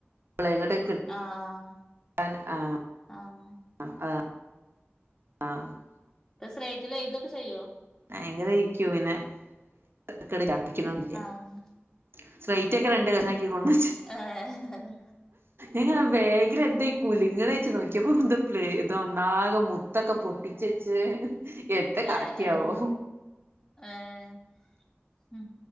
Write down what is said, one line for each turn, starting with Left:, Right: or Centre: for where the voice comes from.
Right: പളെ ങ്ങട്ട്
Left: അ ആഹ്
Right: അൻ ആ
Left: ആഹ്
Right: <unintelligible>
Left: എ സ്ലേറ്റിലെയ്‌തൊക്ക ചെയ്യോ?
Right: അയങ്കര യ്ക്കും വിന്നെ <unintelligible>
Left: ആഹ്
Right: സ്ലെയ്റ്റൊക്കെ രണ്ട് കഷ്ണാക്കി കൊണ്ടച്ച്
Left: ഏഹ്ഹഹ
Right: എങ്ങനെ ബേഗിലെന്തെയ് കുലുങ്ങന്ന്ച്ച് നോക്ക്യപ്പം <unintelligible> നാക മുത്തൊക്ക പൊട്ടിച്ചെച്ച് എത്ത് കാട്ടിയാവോ
Left: ഏഹ് ഏഹ് ഏഹ് ഹു